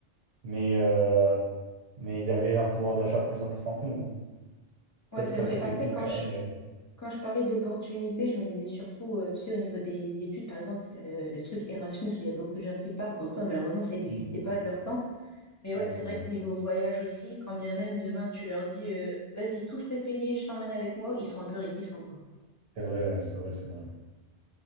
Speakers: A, on the right; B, on the left.
A: mais euh, mais ils avaient un pouvoir d'achat plus important que nous. hein.
B: Ouais,
A: Peut-être
B: c'est
A: que ça
B: vrai.
A: coûtait
B: Après,
A: plus
B: quand
A: cher,
B: je,
A: mais euh,
B: quand je parlais d'opportunités, je me disais surtout, euh, tu sais, au niveau des études, par exemple, il y a le, le truc Erasmus où il y a beaucoup de gens qui partent. Bon, ça, malheureusement, ça n'existait
A: oui, c'est
B: pas
A: vrai,
B: de
A: c'est
B: leur
A: vrai.
B: temps. Mais ouais,
A: Ouais,
B: c'est
A: c'est
B: vrai
A: vrai.
B: que niveau voyage aussi, quand bien même demain tu leur dis euh, vas-y, tout frais payé, je t'emmène avec moi, ils sont un peu réticents, quoi.
A: C'est vrai, ouais, c'est vrai, c'est vrai.